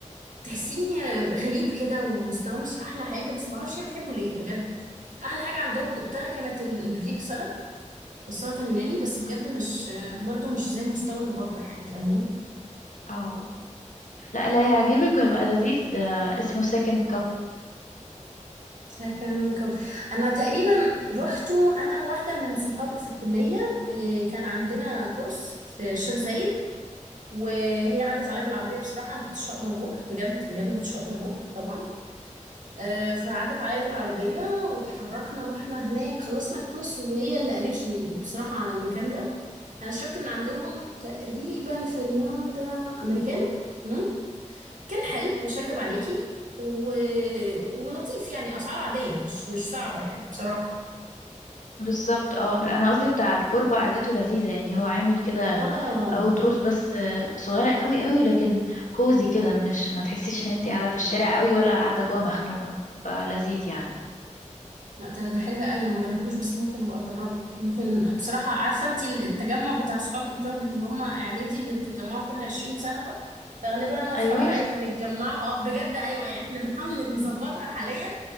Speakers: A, on the right; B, on the left.
A: تحسيه غريب كده ومستواه مش أحلى حاجة بس معرفش هي بتحبه ليه بجد أحلى حاجة عندهم دقتها كانت ال- الجريك سالاد السلطة اليوناني بس بجد مش برضه مش زي المستوى اللي بره يعني فاهماني
B: اه لا لا هيعجبك ويبقى لذيذ آه، اسمه سكند كاب
A: فكان كب أنا تقريبا رحته أنا وواحدة من صحابي في الكلية إيه، كان عندنا كورس في الشيخ زايد وهي عدت عليا بالعربيه بصراحه ما كنتش هقدر اروح بجد بجد ما كنتش هقدر اروح طبعا آه، فعدت عليا بالعربيه واتحركنا رحنا هناك خلصنا الكورس وهي اللي قالت لي بصراحه على المكان ده انا شربت من عندهم تقريبا في اليوم ده امريكانو مم. كان حلو مش هكدب عليكي و... ولطيف يعني اسعاره عاديه مش مش صعبه يعني بصراحه
B: بالظبط اه لا، انا قصدي بتاع الكربة قعدته لذيذة يعني هو عامل كده
A: اه
B: او دورز بس آه، صغيرة قوي قوي لكن كوزي كده مش ما تحسيش ان انت قاعدة في الشارع قوي ولا قاعدة جوه مخنوقة فلذيذ يعني
A: لا، ده ده حلو قوي انا ما جربتوش بس ممكن ابقى اجربه ممكن بصراحه عارفه انت التجمع بتاع صحابك بتوع اللي هم اعدادي اللي بتتجمعوا كل 20 سنه ده فغالبا انا واصحابي
B: ايوه
A: قريب هنتجمعوا اه بجد ايوه يعني احنا بنحاول نظبطها حاليا